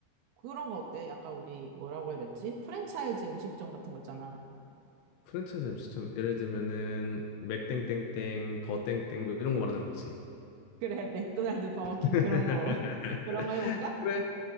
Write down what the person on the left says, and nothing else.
프랜차이즈 음식점 예를 들면은 맥땡땡땡, 버땡땡 뭐 이런 거 말하는 거지.
<laughs>
그래?